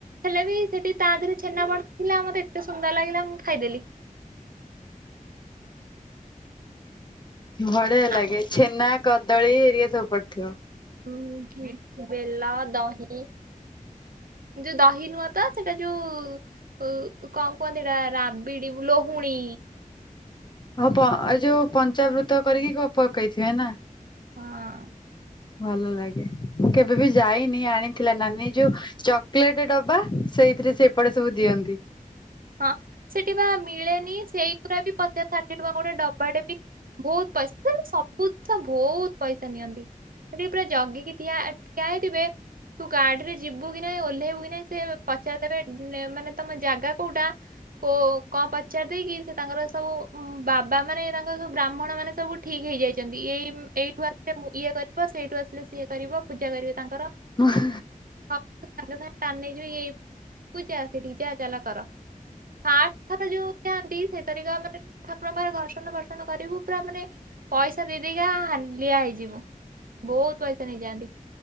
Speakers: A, on the right (about 80°); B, on the left (about 30°).
A: ହେଲେ ବି ସେଠି ତା ଦେହରେ ଛେନା ପଡ଼ିଥିଲା। ମତେ ଏତେ ସୁନ୍ଦର ଲାଗିଲା ମୁଁ ଖାଇ ଦେଲି।
B: ବଢ଼ିଆ
A: ଆ-
B: ଲାଗେ। ଛେନା କଦଳୀ ହେରିଆ ସବୁ ପଡି ଥିବ।
A: ହୁଁ ହୁଁ ହୁଁ। ବେଲ ଦହି ଯୋଉ ଦହି ନୁହଁ ତ ସେଟା ଯୋଉ କଣ କୁହନ୍ତି ହେଟା ରାବିଡି ଲହୁଣୀ।
B: ହଁ ପ ଏଇ ଯୋଉ ପଞ୍ଚାବୃତ କରିକି ତ ପକେଇ ଥିବେ ନା?
A: ହଁ।
B: ଭଲ ଲାଗେ। ମୁଁ କେବେ ବି ଯାଇନି ଆଣିଥିଲା ନାନୀ ଯୋଉ ଚକୋଲେଟ୍ ଡବା। ସେଇଥିରେ ସେପଟେ ସବୁ ଦିଅନ୍ତି।
A: ହଁ। ସେଠି ପା ମିଳେନି। ସେଇ ଗୁରା ବି ପଚାଶ ଷାଠିଏ ଟଙ୍କା ଗୋଟେ ଡବା ଟେ ବି। ବହୁତ ପଇସା ସେନ୍ତି ସବୁ ଜିନିଷ ବହୁତ ପଇସା ନିଅନ୍ତି। ସେଠି ପୁରା ଜଗିକି ଠିଆ ଠିଆ ହେଇଥିବେ ତୁ ଗାଡିରେ ଯିବୁ କି ନାହିଁ ଓହ୍ଲେଇବୁ କି ନାହିଁ ସେ ପଚାରିଦେବେ ମାନେ ତମ ଜାଗା କଉଟା। ଓ କଣ ପଚାରିଦେଇ କି ସେ ତାଙ୍କର ସବୁ ବାବା ମାନେ ତାଙ୍କର ସବୁ ବ୍ରାହ୍ମଣ ମାନେ ସବୁ ଠିକ ହେଇଯାଇଛନ୍ତି। ଏଇ ଏଇଠୁ ଆସିଲେ ଇଏ କରିବ ସେଇଠୁ ଆସିଲେ ସିଏ କରିବ ପୂଜା କରିବେ ତାଙ୍କର।
B: ହ <inaudible>
A: ହଁ ସାଙ୍ଗେ ସାଙ୍ଗେ ଟାଣି ନେଇଯିବେ ଏଇ ପୂଜା ସେଇଠି ଯାହା ଚାଲ କର। ଫାଷ୍ଟ ଥର ଯୋଉ ଯାଆନ୍ତି ସେଇଥରିକ ମାନେ ଠାକୁରଙ୍କର ଘର୍ଷଣ ବର୍ଷଣ କରିବୁ ପୁରା ମାନେ ପଇସା ଦେଇଦେଇକା ହାଲିଆ ହେଇଯିବ ବହୁତ ପଇସା ନେଇଯାଆନ୍ତି।